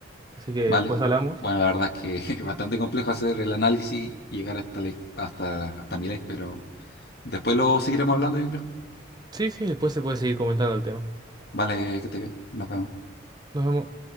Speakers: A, on the right; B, on the left.
A: así que después
B: ¿vale?
A: hablamos.
B: Bueno, la verdad es que <laughs> es bastante complejo hacer el análisis y llegar hasta, la, hasta, hasta mi ley pero después lo seguiremos hablando, yo creo.
A: Sí, sí, después se puede seguir comentando el tema.
B: Vale, que te bien. Nos vemos.
A: Nos vemos.